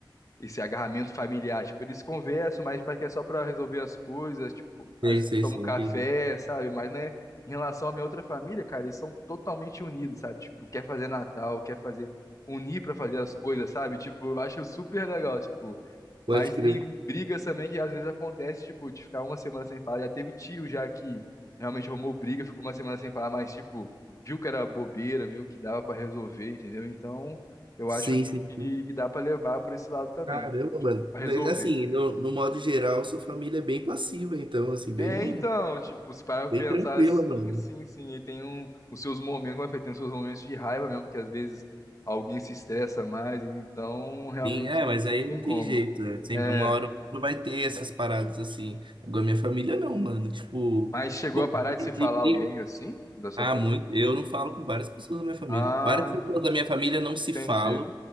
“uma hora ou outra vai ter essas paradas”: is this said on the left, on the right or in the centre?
Right